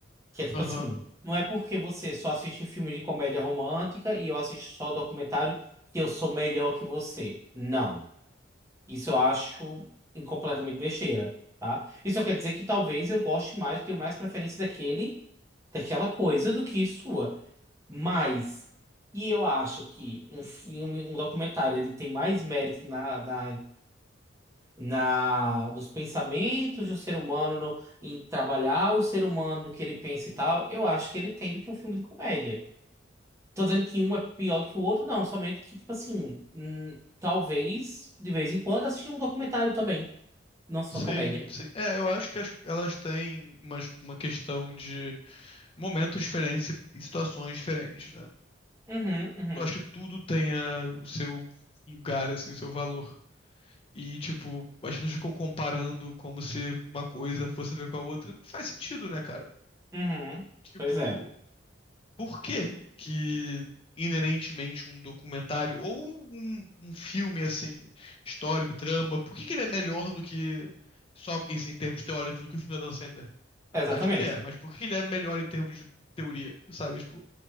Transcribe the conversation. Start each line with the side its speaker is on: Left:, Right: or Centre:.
Right: Que é tipo
Left: Aham.
Right: assim, não é porque você só assiste filme de comédia romântica e eu assisto só documentário que eu sou melhor que você. Não. Isso eu acho em- completamente besteira, tá? Isso quer dizer que talvez eu goste mais, tenho mais preferência daquele, daquela coisa do que sua. Mas, e eu acho que um filme, um documentário, ele tem mais mérito na, na na dos pensamentos do ser humano no- em trabalhar o ser humano, do que ele pensa e tal, eu acho que ele tem do que um filme de comédia. Tô dizendo que um é pior do que o outro, não, somente que, tipo assim, hum, talvez de vez em quando assistir um documentário também, não só
Left: Sim,
Right: comédia.
Left: sim. É, eu acho que as- elas têm umas- uma questão de momentos diferentes e situações diferentes, né?
Right: Uhum, uhum,
Left: Eu acho que tudo tenha o seu lugar, assim, o seu valor. E, tipo, as pessoas ficam comparando como se uma coisa fosse a ver com a outra. Não faz sentido, né, cara?
Right: uhum.
Left: Tipo,
Right: Pois é,
Left: por que que inerentemente um documentário ou um, um filme, assim, histórico, drama, por que que ele é melhor do que, só isso em termos teóricos, do que o filme da Dan Sandler? Na
Right: exatamente.
Left: prática ele é, mas por que ele é melhor em termos de teoria, sabe? Tipo,